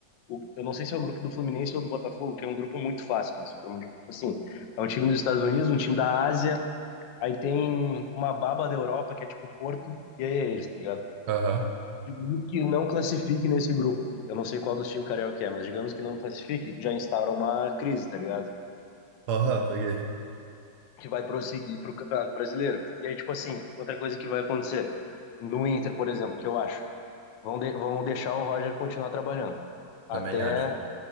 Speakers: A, on the left (about 80°); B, on the right (about 70°).
A: o- eu não sei se é o grupo do Fluminense ou do Botafogo, que é um grupo muito fácil do Supermundial. Tipo assim, é um time dos Estados Unidos, um time da Ásia, aí tem uma baba da Europa, que é tipo Porto, e aí é eles, tá ligado?
B: Aham.
A: Digamos que não classifique nesse grupo. Eu não sei qual dos times carioca é, mas digamos que não classifique, já instaura uma crise, tá ligado?
B: Aham, peguei.
A: Que vai prosseguir pro Campeonato Brasileiro. E aí, tipo assim, outra coisa que vai acontecer. No Inter, por exemplo, que eu acho, vão, de- vão deixar o Roger continuar trabalhando até
B: Também acho.